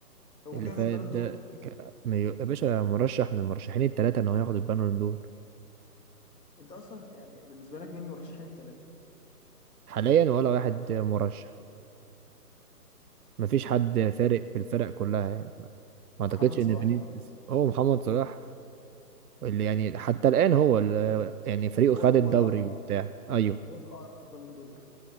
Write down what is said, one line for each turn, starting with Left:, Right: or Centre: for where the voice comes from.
Left: هو ممكن
Right: اللي
Left: ياخد
Right: فات
Left: بالون
Right: ده
Left: دور
Right: ك- يا باشا مرشح من المرشحين الثلاثه ان هو ياخد البالون دور
Left: انت اصلا يعني بالنسبه لك مين المرشحين الثلاثه
Right: حاليا ولا واحد مرشح مفيش حد فارق في الفرق كلها يعني ما ما اعتقدش
Left: محمد
Right: ان
Left: صلاح
Right: فينيسيوس هو محمد صلاح اللي يعني حتى الان هو اللي يعني فريقه
Left: هو
Right: خد الدوري
Left: هو الأقرب
Right: وبتاع ايوه
Left: هو الاقرب للبالون دور